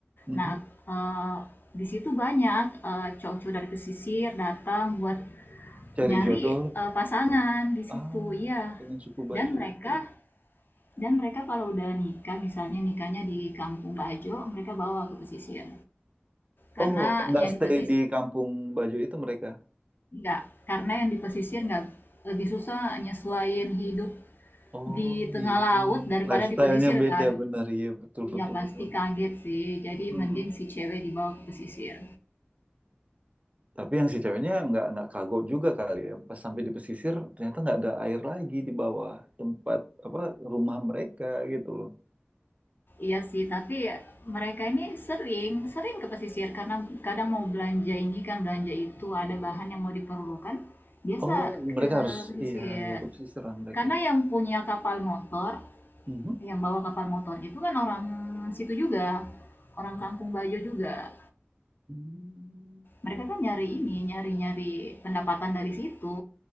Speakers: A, on the right; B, on the left.
A: Mhm.
B: Nah, eee, di situ banyak, eee, cowok-cowok dari pesisir datang buat
A: Cari
B: nyari,
A: jodoh
B: eee, pasangan di situ,
A: ah,
B: iya.
A: dengan suku baju
B: Dan mereka
A: itu.
B: dan mereka kalau udah nikah, misalnya nikahnya di Kampung Bajo, mereka bawa ke pesisir. Karena
A: Oh, nggak
B: yang
A: stay
B: di pesisir
A: di kampung baju itu mereka.
B: Enggak, karena yang di pesisir nggak lebih susah nyesuaiin hidup
A: Oh
B: di tengah
A: iya,
B: laut daripada
A: lifestyle-nya
B: di pesisir
A: beda
B: kan.
A: benar ya betul
B: Iya
A: betul
B: pasti
A: betul.
B: kaget sih, jadi
A: Mhm.
B: mending si cewek dibawa ke pesisir.
A: Tapi yang si ceweknya nggak nggak kagok juga kali ya. Pas sampai di pesisir ternyata nggak ada air lagi di bawah tempat apa rumah mereka gitu loh.
B: Iya sih, tapi mereka ini sering, sering ke pesisir karena kadang mau belanja ini kan, belanja itu, ada bahan yang mau diperlukan, biasa
A: Oh, mereka
B: ke
A: harus
B: pesisir.
A: iya ya ke pesisir lah mereka
B: Karena
A: ya.
B: yang punya kapal motor,
A: Mhm.
B: yang bawa kapal motor itu kan orang situ juga, orang Kampung Bajo juga.
A: Hmm,
B: mereka kan nyari ini nyari nyari pendapatan dari situ